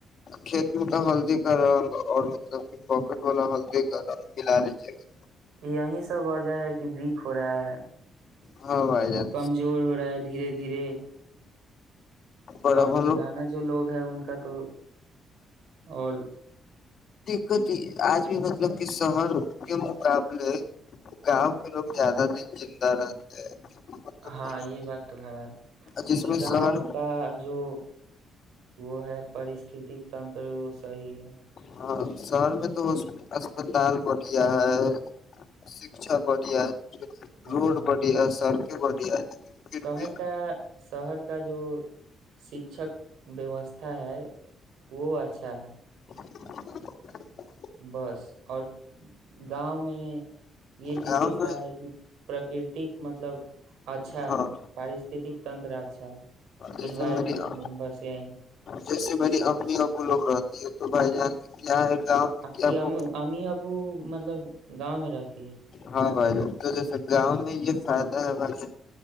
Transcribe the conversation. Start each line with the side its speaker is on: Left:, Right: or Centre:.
Left: کھیت میں کا ہلدی کا رنگ اور مطلب کہ پاکٹ والا ہلدی کا رنگ ملا لیجے گا
Right: یہیں سے یا وجہ ہے کہ ویک ہو رہا ہے
Left: ہاں بھائی جان
Right: کمزور ہو رہا ہے دھیرے دھیرے
Left: پر
Right: اور
Left: اب ہم
Right: پرانا
Left: لوگ
Right: جو لوگ ہے ان کا تو اور
Left: ک آج بھی مطلب کہ شہر کے مقابلے گاؤں کے لوگ زیادہ دن زندہ رہتے ہیں مطلب
Right: ہاں یہ بات تو ہے کیونکہ
Left: جس میں
Right: گاؤں
Left: شہر
Right: کا جو وہ ہے پرستھک تنتر وہ صحی ہے
Left: ہاں شہر میں تو اسپتال بڑھیا ہے شکچھا بڑھیا ہے
Right: ہاں
Left: روڈ بڑھیا سر بڑھیا ہے پھر
Right: شہر
Left: بھی
Right: کا شہر کا جو شکشک ویوستھا ہے وہ اچھا ہے
Left: <inaudible>
Right: بس اور گاؤں میں یہ وشیشتا
Left: گاؤں میں
Right: ہے کہ پراکرتک مطلب اچھا
Left: ہاں
Right: ہے پارستتک تنتر اچھا ہے
Left: جیسم
Right: انوائرمنٹ
Left: مری آ
Right: بس یہی
Left: جیسے میری امی ابو لوگ رہتی ہے تو بھائی جان کیا ہے گاؤں میں
Right: آ
Left: کیا
Right: ہم
Left: کو
Right: ہمیں ابو مطلب گاؤں میں رہتی ہے
Left: ہاں بھائی ج تو جیسے گاؤں میں یہ فائدہ ہے بھائی